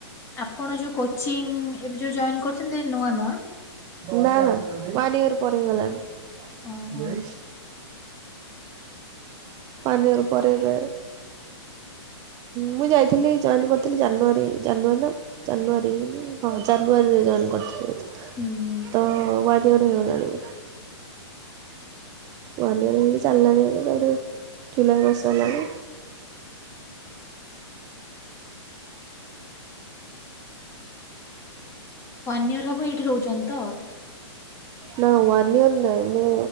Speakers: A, on the left; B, on the right.
A: ଆପଣ ଯୋଉ କୋଚିଂ ଏବେ ଯୋଉ ଜଏନ୍ କରୁଚନ୍ତି ନୂଆ ନୂଆ
B: ନାଁ ନାଁ ୱାନ ଇୟର ପରେ ହେଇଗଲାଣି।
A: ଓହୋ।
B: ୱାନ୍ ଇଅର ପରେ ଏବେ ମୁଁ ଯାଇଥିଲି ଜଏନ୍ କରିଥିଲି ଜାନୁଆରୀ ଜାନୁଆରୀ ନା ଜାନୁଆରୀ ହଁ ଜାନୁଆରୀରେ ଜଏନ୍ କରିିଥିଲି ବୋଧେ
A: ହୁଁ ହୁଁ
B: ତ ୱାନ୍ ଇୟର ହେଇଗଲାଣି। ୱନ୍ ଇୟର୍ ହେଇକି ଚାଲିଲାଣି ଏବେ <unintelligible> ଜୁଲାଇ ମାସ ହେଲାଣି।
A: ୱାନ୍ ଇୟର ହବ ଏଇଠି ରହୁଚନ୍ତି ତ?
B: ନା ୱାନ୍ ଇୟର୍ ନାହିଁ ମୁଁ